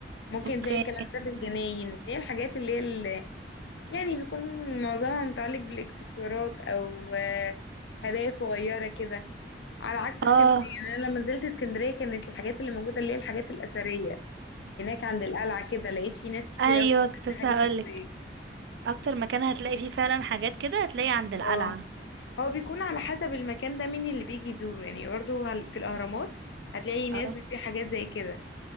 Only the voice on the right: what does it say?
اوكي
اه
ايوه
كنت لسه
هقولك
اكتر مكان هتلاقي فيه فعلا حاجات كده هتلاقي عند القلعه
اه